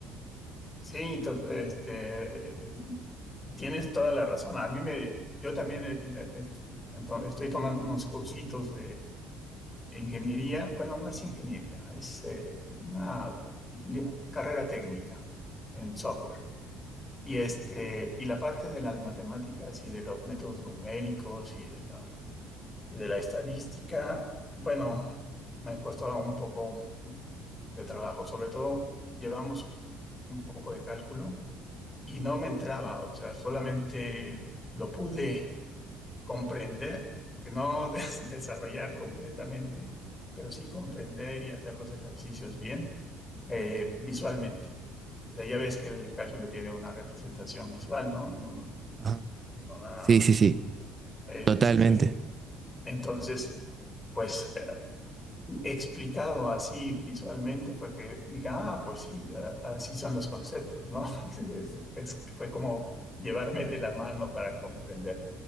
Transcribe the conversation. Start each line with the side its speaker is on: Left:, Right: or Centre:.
Left: Sí, to- este, eh, tienes toda la razón. A mí me, yo también eh, eh, est- ento- estoy tomando unos cursitos de ingeniería. Bueno, no es ingeniería, es eh, una li- carrera técnica en software. Y este, y la parte de las matemáticas y de los métodos numéricos y de la y de la estadística, bueno, me costó un poco de trabajo. Sobre todo llevamos un poco de cálculo y no me entraba, o sea, solamente lo pude comprender, que no des- <laughs> desarrollar completamente, pero sí comprender y hacer los ejercicios bien eh, visualmente. O sea, ya ves que el cálculo tiene una representación visual, ¿no? En un-
Right: Ajá.
Left: en una,
Right: Sí, sí, sí,
Left: eh,
Right: totalmente.
Left: este, entonces, pues eh, explicado así visualmente fue que dije, ah, pues sí, a- así son los conceptos, ¿no? <laughs> Es- es- es- fue como llevarme de la mano para comprender.